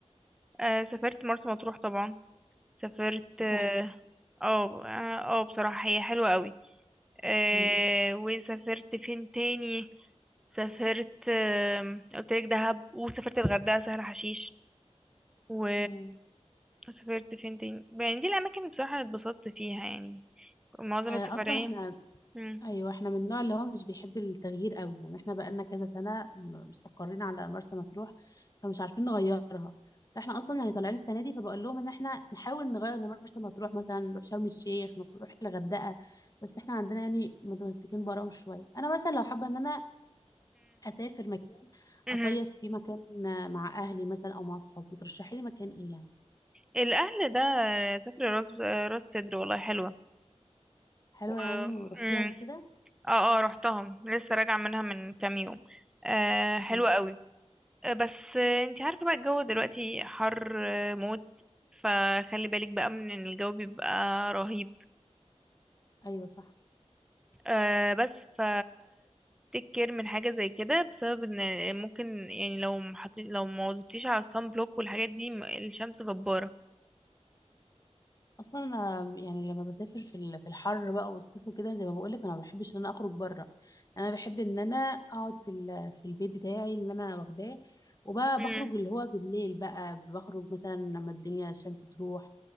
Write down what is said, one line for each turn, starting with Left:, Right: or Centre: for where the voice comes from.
Centre: آه سافرت مرسى مطروح طبعا سافرت اه
Left: تحفه
Centre: اه آه، آه، بصراحة هي حلوة قوي آه
Left: مم.
Centre: وسافرت فين تاني سافرت آه قلت لك دهب وسافرت الغردقة سهل حشيش و
Left: مم.
Centre: سافرت فين تاني يعني دي الأماكن بصراحة اللي اتبسطت فيها يعني معظم
Left: آه،
Centre: السفرية
Left: اصلا احنا
Centre: مم.
Left: ايوه احنا من النوع اللي هو مش بيحب التغيير قوي يعني احنا بقالنا كذا سنه م- مستقرين على مرسى مطروح فمش عارفين نغيرها فاحنا اصلا يعني طالعين السنه دي فبقول لهم ان احنا نحاول نغير مرسى مطروح مثلا نروح شرم الشيخ نروح الغردقه بس احنا عندنا يعني متمسكين براهم شويه انا مثلا لو حابه ان انا اسافر مكان
Centre: مم.
Left: اصيف في مكان آه، مع اهلي مثلا او مع صحابي ترشحي لي مكان ايه يعني
Centre: الاهل ده سافر راس راس سدر والله حلوه
Left: حلوة
Centre: و
Left: يعني ورحتيها
Centre: مم.
Left: قبل كده
Centre: اه اه رحتها لسه راجعه منها من كام يوم آه حلوه
Left: مم.
Centre: قوي آه بس آه، انتي عارفه بقى الجو دلوقتي حر آه، موت فخلي بالك بقى من ان الجو بيبقى رهيب
Left: ايوه صح
Centre: آه بس ف تيك كير من حاجه زي كده بسبب ان ممكن يعني لو محطي لو ما وظبطيش على الصن بلوك والحاجات دي م- الشمس جباره
Left: اصلا انا يعني لما بسافر في ال- في الحر بقى والصيف وكده زي ما بقول لك انا ما بحبش ان انا اخرج بره انا بحب ان انا اقعد في ال- في البيت بتاعي اللي انا واخداه وبقى
Centre: مم.
Left: بخرج اللي هو بالليل بقى بخرج مثلا لما الدنيا الشمس تروح